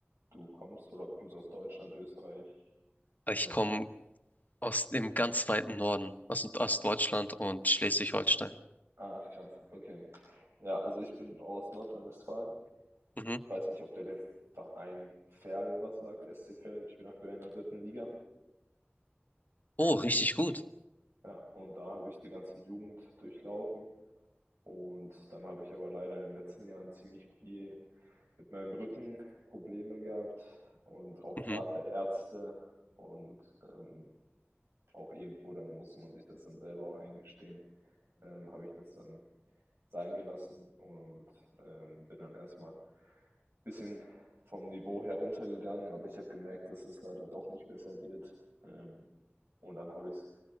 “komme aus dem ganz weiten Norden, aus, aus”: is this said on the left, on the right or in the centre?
Left